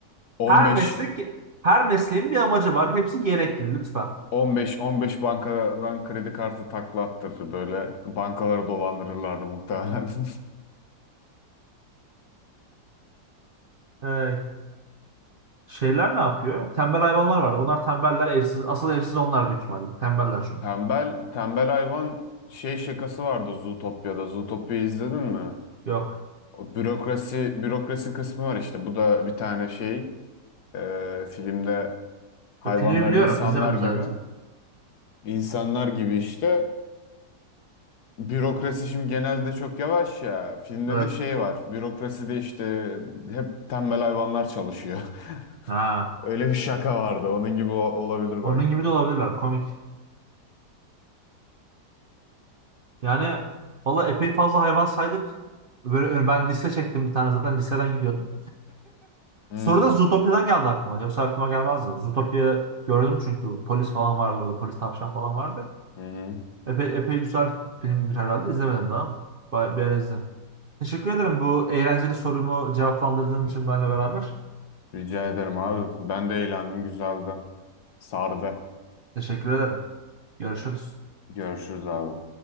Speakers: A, on the left; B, on the right.
A: 15
B: her meslek her mesleğin bir amacı var. Hepsi gerekli lütfen.
A: 15 15 bankadan kredi kartı taklattırır böyle bankaları dolandırırlardı muhtemelen. <laughs>
B: Ee, şeyler ne yapıyor? Tembel hayvanlar var. Onlar tembeller evsiz. Asıl evsiz onlar büyük ihtimalle. Tembeller çünkü.
A: Tembel tembel hayvan şey şakası vardı Zootopya'da. Zootopia'yı izledin mi?
B: Yok.
A: O bürokrasi bürokrasi kısmı var işte. Bu da bir tane şey e, filmde hayvanlar
B: Filmi biliyorum.
A: insanlar
B: izlemedim
A: gibi.
B: sadece.
A: İnsanlar gibi işte. Bürokrasi şimdi genelde çok yavaş ya. Filmde
B: Evet.
A: de şey var. Bürokraside işte hep tembel hayvanlar çalışıyor. <laughs>
B: Ha.
A: Öyle bir şaka vardı. Onun gibi o- olabilir
B: Onun
A: bak.
B: gibi de olabilirler. Komik. Yani valla epey fazla hayvan saydık. Böyle, e, ben liste çektim bir tane zaten listeden gidiyordum.
A: Hmm,
B: Soru da Zootopia'dan geldi aklıma. Yoksa aklıma gelmezdi. Zootopia gördüm çünkü polis falan vardı orada. Polis tavşan falan vardı.
A: Hı hı.
B: Epey, epey güzel filmdir herhalde. İzlemedim daha ama. Ba- Bir ara izlerim. Teşekkür ederim bu eğlenceli sorumu cevaplandırdığın için benimle beraber.
A: Rica ederim abi. Ben de eğlendim. Güzeldi. Sardı.
B: Teşekkür ederim. Görüşürüz.
A: Görüşürüz abi.